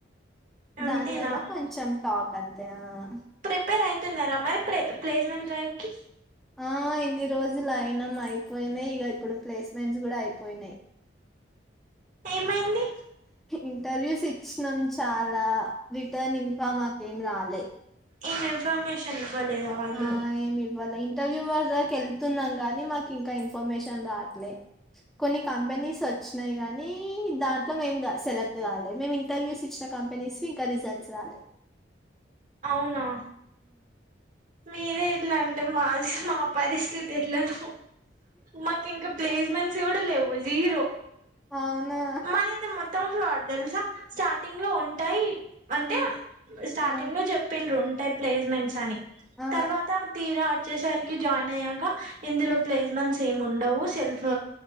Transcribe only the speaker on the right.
అంతేనా
ప్రిపేర్ అయితున్నారా మరి పే ప్లేసెమెంట్ డ్రైవ్ కి.
ఏమైంది.
ఏం ఇన్ఫర్మేషన్. ఇవ్వలేదా వాళ్ళు
అవునా. మీరే ఇట్లా అంటే మాది మా పరిస్థితి ఎట్లానో మాకు ఇంకా ప్లేస్. ప్లేస్మెంట్స్ కూడా లేవు జీరో
మాదైతే మొత్త్. మొత్తం ఫ్రాడ్ తెల్సా స్టార్టింగ్ లో ఉంటాయి. అంటే
స్టార్టింగ్
లో చెప్పిండ్రు ఉంటాయి ప్లేస్మెంట్స్ అని.
తర్వాత తీరా వచ్చేసరికి జాయిన్ అయ్యాక ఇందులో. ప్లేస్మెంట్స్
ఏమి ఉండవు సెల్ఫ్.